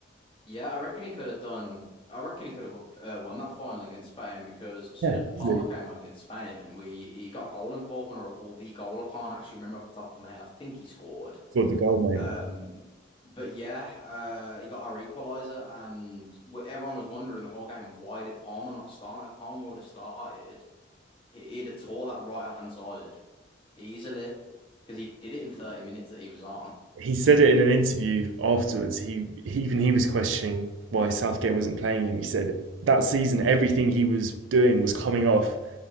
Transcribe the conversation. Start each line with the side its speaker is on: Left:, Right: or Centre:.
Left: Yeah, I reckon he could have done. I reckon he could have uh, won that final against Spain because as soon
Right: Yeah,
Left: as Palmer
Right: easily
Left: came on against Spain, we he got a goal involvement or, or the goal. I can't actually remember off the top of my head. I think he scored.
Right: scored the goal, mate.
Left: Um, but yeah, uh, he got our equaliser, and w everyone was wondering the whole game why did Palmer not start? If Palmer would have started, he, he'd have tore that right hand side easily because he did it in 30 minutes that he was on.
Right: He said it in an interview afterwards. He, he even he was questioning why Southgate wasn't playing him. He said that season everything he was doing was coming off